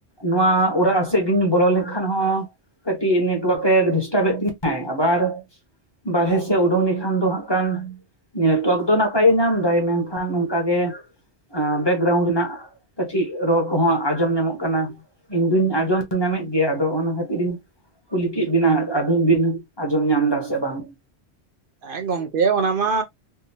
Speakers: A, on the left; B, on the right.
A: ᱱᱚᱣᱟ ᱚᱲᱟᱜ ᱥᱮᱫ ᱤᱧ ᱵᱚᱞᱚ ᱞᱮᱠᱷᱟᱱ ᱦᱚᱸ ᱠᱟᱹᱴᱤᱡ ᱱᱮᱴᱳᱣᱟᱨᱠ ᱮ ᱰᱤᱥᱴᱟᱵ ᱮᱫ ᱛᱤᱧᱟᱭ ᱟᱵᱟᱨ ᱵᱟᱨᱦᱮ ᱥᱮᱫ ᱩᱰᱩᱝ ᱞᱮᱠᱷᱟᱱ ᱫᱚ ᱦᱟᱸᱜ ᱠᱟᱱ ᱱᱮᱴᱚᱣᱟᱨᱠ ᱫᱚ ᱱᱟᱯᱟᱭ ᱜᱮ ᱧᱟᱢᱫᱟᱭ ᱢᱮᱱᱠᱷᱟᱱ ᱱᱚᱝᱠᱟᱜᱮ ᱵᱮᱠᱜᱨᱟᱣᱩᱱᱰ ᱨᱮᱱᱟᱜ ᱠᱟᱹᱴᱤᱡ ᱨᱚᱲ ᱠᱚᱦᱚᱸ ᱟᱸᱡᱚᱢ ᱧᱟᱢᱚᱜ ᱠᱟᱱᱟ ᱤᱧ ᱫᱩᱧ ᱟᱸᱡᱚᱢ ᱧᱟᱢᱮᱫ ᱜᱮᱭᱟ ᱟᱫᱚ ᱚᱱᱟ ᱠᱷᱟᱹᱛᱤᱨ ᱤᱧ ᱠᱩᱞᱤ ᱠᱮᱫ ᱵᱤᱱᱟ ᱟᱵᱤᱱ ᱵᱤᱱ ᱟᱸᱡᱚᱢ ᱧᱟᱢ ᱮᱫᱟ ᱥᱮ ᱵᱟᱝ ᱾
B: ᱦᱮᱸ ᱜᱚᱢᱠᱮ ᱚᱱᱟ ᱢᱟ